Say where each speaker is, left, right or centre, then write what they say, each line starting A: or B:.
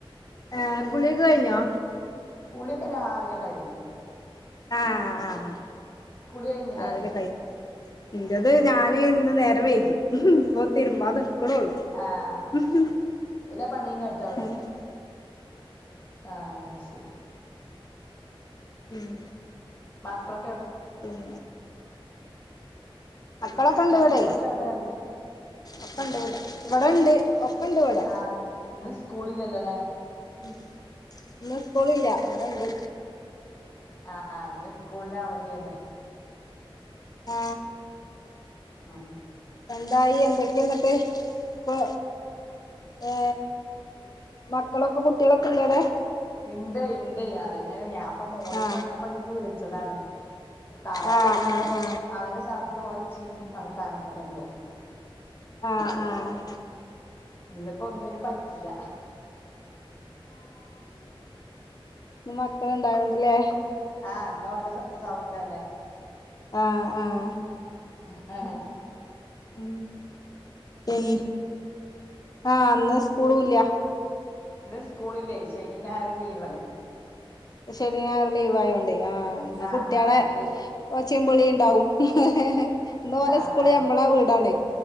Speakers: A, on the left; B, on the left.
A: ഏഹ് കുളിയൊക്കെ കഴിഞ്ഞോ
B: കുളിയൊക്കെ രാവിലെ കഴിയും
A: ആ ആ ആ ആ
B: കുളി കഴിഞ്ഞില്ലേ
A: രാവിലെ കഴിയും എന്റേത് രാ ത്രി ഇന്ന് നേരം വൈകി ഇപ്പം തിരുമ്പാന്ന്
B: ആഹ്
A: <unintelligible>
B: എല്ലാ പണിയും കഴിഞ്ഞോ അവിടെ ആഹ് അത് ശരി
A: ഉം
B: മക്കളൊ
A: ഉം മക്കളൊക്കെണ്ട്
B: മക്കളൊക്കെ
A: ഇവിടെ
B: എവിടെ പറയ
A: അപ്പണ്ട് ഇടെ ഇവിടെണ്ട് ഒക്കെ ഉണ്ടിവിടെ
B: ആഹ് ഇന്ന് സ്കൂളില്ലല്ലോ അല്ലേ
A: ഉം ഇന്ന് സ്കൂളില്ല ഇവിടൊണ്ട്
B: ആഹ് ഇന്ന് സ്കൂളിന് അവധി തന്നേ
A: ഓ
B: ആ
A: എന്തായി എന്തൊക്കെയാ എന്നിട്ട് ഇപ്പൊ ഏ മക്കളൊക്കെ കുട്ടികളൊക്കെ ഇല്ലേ അവിടെ
B: ഇണ്ട് ഇണ്ട് അതന്നേണ് ഞാന്പ്പ മോളിക്ക്
A: ആ
B: വന്നപ്പങ്ങനെ വിളിച്ചതാണ് താഴെപോയി
A: ആ ആ
B: അവരെ
A: ആ
B: അവരെ ശബ്ദം ഒച്ചയും വർത്താനൊക്കെതന്നെയാവും
A: ആഹ് ആഹ്
B: ഇന്നിപ്പ ഒന്നിനും പറ്റില്ല
A: മക്കളുണ്ടായൊണ്ടില്ലേ
B: ആഹ് ഇന്നോല്ലെ സൗ സൗണ്ടാല്ലേ
A: ആഹ ആഹ
B: ആഹാഹാ
A: ഉ പിന്ന ആ അന്ന് സ്കൂളുല്ല
B: ഇന്ന് സ്കൂളില്ലേ ശനിയും ഞായറും ലീവ് അല്ലേ
A: ശനി ഞായർ ലീവ് ആയോണ്ട് അന്ന്
B: ആ
A: കുട്ടികളെ-
B: ആ ശരി
A: ചച്ചപളി ഉണ്ടാ <unintelligible> വും്ന്നോഓല
B: ആ
A: സ്കൂളി
B: അതെ
A: നമ്മളെ വീടണ